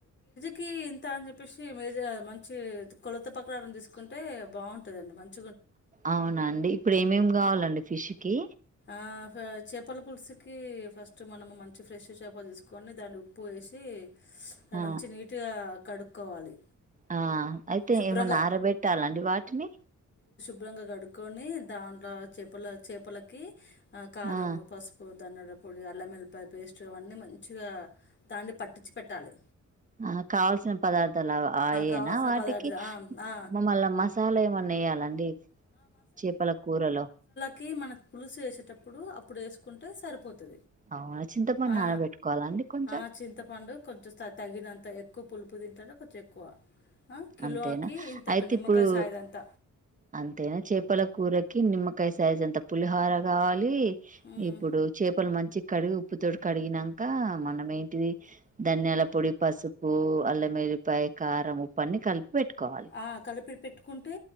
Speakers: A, on the left; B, on the right.
A: కీ ఇంత అని చెప్పేసి మజ మంచి కొలత ప్రకారం తీసుకుంటే బాగుంటుందండి మంచి
B: అవునండి ఇప్పుడు ఏమేమి కావాలండి ఫిష్ కి
A: ఆహ చేపల పులుసుకి ఫస్ట్ మనం మంచి ఫ్రెష్ చేపలు తీసుకొని దాన్ని ఉప్పు వేసి అది
B: ఆ
A: మంచి నీట్ గా కడుక్కోవాలి
B: ఆ అయితే
A: శుభ్రంగా
B: ఏమన్నా ఆరబెట్టాలండి వాటిని
A: దూరంగా కడుగు కొని దాట్ల చేప్పుల చేపల కీ నా కారము
B: ఆ
A: పసుపు ధానాల పొడి, అల్లంఏలిపాయ పేస్ట్ అవన్నీ మంచి పచ్చగా దాన్ని పట్ పచ్చి పెట్టాలి
B: ఆ కావాల్సిన పదార్థాలు ఆ అయ్యోనా
A: కావాల్సిన
B: వాటికి
A: పదార్థ ఆ, ఆ.
B: మా మళ్ళా మసాలా ఏమన్నా వేయాలండి చీపల కూరలో
A: కీ మనక్ పులుసు వేసేటప్పుడు అప్పుడు వేసుకుంటే సరిపోతు
B: అవునా చింతపండు
A: ఆ
B: నానబెట్టుకోవాలా అండి కొంచెం
A: ఆ చింతపండు కొంచం తగి తగినంత ఎక్కువ పులుప్ ఉప్పు తింటారు కొంచెం ఎక్కువ ఆ, కిలోకి
B: అంతేనా
A: ఇంత
B: అయితే
A: ఒక నిమ్మకాయ
B: ఇప్పుడు
A: సాయదంత
B: అంతేనా చేపల కూరకి నిమ్మకాయ స్ సైజ్ అంతా పులిహోార కావాలి
A: ఉమ్.
B: ఇప్పుడు చేపలు మంచి కడిగి ఉప్పుతోోటి కడిగినాక మనం ఏంటిది ధనియాల పొడి, పసుపు, అల్లం ఎల్లిపాయ కారం ఉప్పు పన్ని కలిపి పెట్టుకోవాలి
A: ఆ కలిపి పెట్ పెట్టుకుంటే